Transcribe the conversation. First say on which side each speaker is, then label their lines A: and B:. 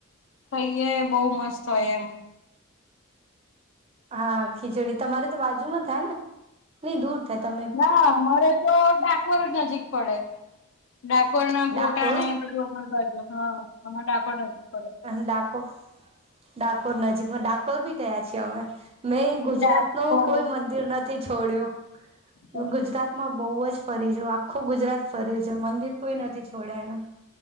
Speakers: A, on the left; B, on the right.
A: થઈએ બહુ મસ્ત હોય એમ.
B: હા ખીચડી તમારે તો બાજુમાં થાય ને. નહી દૂર થાય તમ
A: ના મરે તો ડાકોર નજીક પડે ડાકોર ના
B: ડાકોર
A: ગોટા ને <unintelligible> હા. અમાર ડાકોર નજીક પડે.
B: ડાકોર ડાકોર નજીકમાં ડાકોર ભી ગયા છીએ અમે. મેં ગુજરાત
A: ડાકોર
B: નું કોઈ મંદિર નથી છોડ્યું
A: હમ
B: ગુજરાત માં બહુ જ ફરી છે આખું ગુજરાત ફર્યું છે મંદિર કોઈ નથી છોડાય એના.